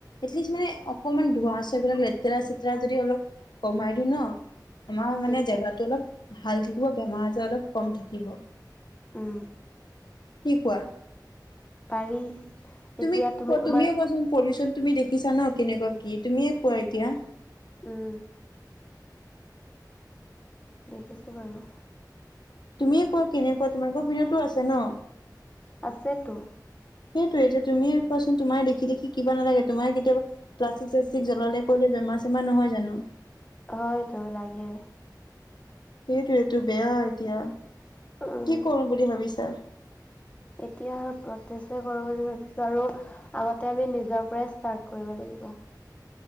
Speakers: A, on the left; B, on the left.
A: এটলিষ্ট মানে অকমান ধোঁৱা চে এইবিলাক লেতেৰা চেতেৰা যদি অলপ কমাই দিওঁ ন আমাৰ মানে
B: তেতিয়া
A: জেগাটো অলপ। ভাল থাকিব বেমাৰ আজাৰ অলপ কম থাকিব।
B: উম
A: কি কোৱা।
B: পাৰি
A: তুমি
B: এতিয়া
A: কোৱা
B: তোমাৰ
A: তুমিয়ে কোৱাচোন পলিউচন তুমি দেখি দেখিছা ন কেনেকুৱা কি তুমিয়ে কোৱা এতিয়া।
B: উম দেখিছে বাৰু
A: তুমিয়ে কোৱা কেনেকুৱা তোমালোকৰ পিনতো আছে ন
B: আছেটো
A: সেইটো যে তুমিয়ে কোৱাচোন তোমাৰ দেখি দেখি কিবা নালাগে তোমাৰ কেতিয়াবা প্লাষ্টিক চাছতিক জ্বলালে কৰিলে বেমাৰ চেমাৰ নহয় জানোঁ
B: হয়টো লাগে।
A: সেইটো এইটো বেয়া এতিয়া।
B: উম
A: কি কৰোঁ বুলি ভাবিছা।
B: এতিয়া প্ৰতেছে কৰোঁ বুলি ভাবিছোঁ আৰু আগতে আমি নিজৰ পৰাই ষ্টাৰ্ট কৰিব লাগিব।